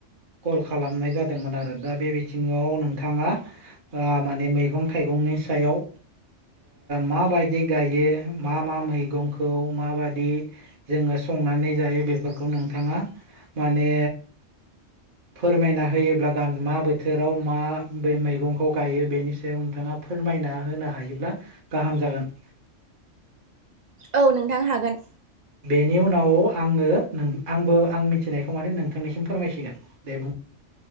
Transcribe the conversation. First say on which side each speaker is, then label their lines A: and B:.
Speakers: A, on the right; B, on the right.
A: कल खालामनाय जादोंमोन आरो दा बे बिथिङाव नोंथाङा माने मैगं थाइगंनि सायाव माबायदि गायो मा मा मैगंखौ माबायदि जोङो संनानै जायो बेफोरखौ नोंथाङा माने फोरमायना होयोब्ला गाम मा बोथोराव मा मैगंखौ गायो बेनि सायाव नोंथाङा फोरमायना होनो हायोब्ला गाहाम जागोन
B: औ नोंथां हागोन
A: बेनि उनाव आङो आंबो आं मिथिनायखौ माने नोंथांनिसिम फोरमायसिगोन दे बुं